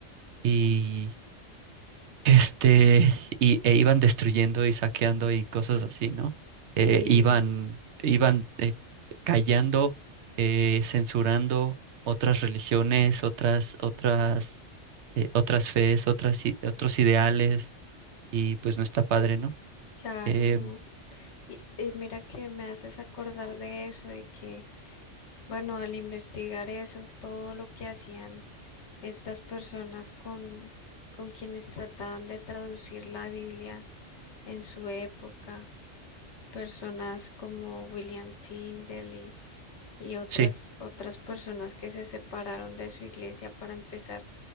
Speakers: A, on the right; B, on the left.
A: Y Este, y, e iban destruyendo y saqueando y cosas así, ¿no?
B: sí,
A: Eh, iban, iban eh, callando, eh, censurando otras religiones, otras, otras, eh, otras fees, otras, i- otros ideales, y pues no está padre, ¿no?
B: claro,
A: Em,
B: no. Y, y mira que me haces acordar de eso, de que, bueno, al investigar eso, todo lo que hacían estas personas con, con quienes trataban de traducir la Biblia en su época, personas como William Tyndale y, y otras,
A: sí,
B: otras personas que se separaron de su iglesia para empezar